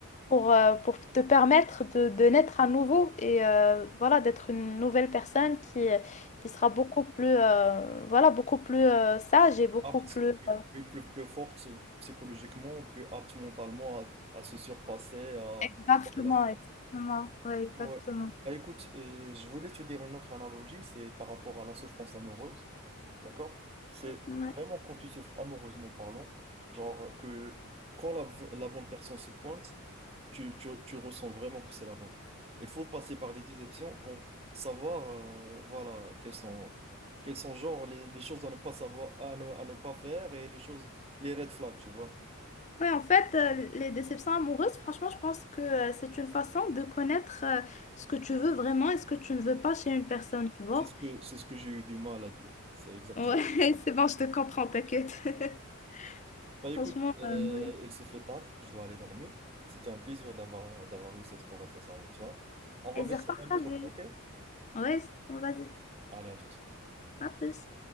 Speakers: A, on the left (about 35°); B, on the right (about 25°).
A: pour, euh, pour te permettre de, de naître à nouveau et euh, voilà, d'être une nouvelle personne qui, euh, qui sera beaucoup plus, euh, voilà, beaucoup plus euh, sage et beaucoup
B: Apte,
A: plus...
B: plus,
A: euh,
B: plus, plus- plus forte psychologiquement, plus apte mentalement à, à se surpasser, à,
A: Exactement,
B: voilà,
A: exactement, ouais, exactement.
B: Ouais. ouais. Bah, écoute, euh, je voulais te dire une autre analogie, c'est par rapport à la souffrance amoureuse, d'accord? C'est
A: Ouais.
B: vraiment quand tu souffres amoureusement parlant, genre que quand la, v- la bonne personne se pointe, tu, tu- tu ressens vraiment que c'est la bonne. Il faut passer par des déceptions pour savoir, euh, voilà, quelles sont, quelles sont genre les, les choses à ne pas savoir, à ne, à ne pas faire et les choses, les red flags, tu vois?
A: Ouais, en fait, euh, les déceptions amoureuses, franchement, je pense que euh, c'est une façon de connaître euh, ce que tu veux vraiment et ce que tu ne veux pas chez une personne, tu vois.
B: C'est ce que, c'est ce que j'ai eu du mal à dire. C'est exactement.
A: Ouais, <laughs> c'est bon, je te comprends, t'inquiète. <laughs>
B: Bah écoute,
A: Franchement,
B: euh,
A: euh, ouais.
B: il se fait tard, je dois aller dormir. C'était un plaisir d'avoir d'avoir eu cette conversation avec toi. On remet
A: Plaisir
B: ça
A: partagé.
B: une autre fois, ok?
A: Ouais, vas-y,
B: Allez, à toutes.
A: à plus.